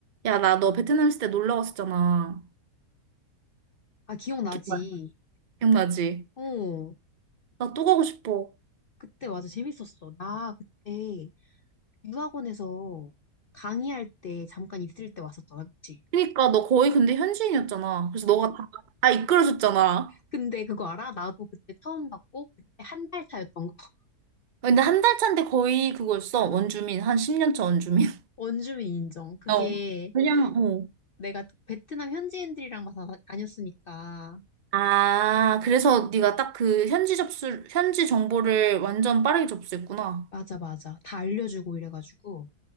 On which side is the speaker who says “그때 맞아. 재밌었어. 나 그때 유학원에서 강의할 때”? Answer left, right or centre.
Left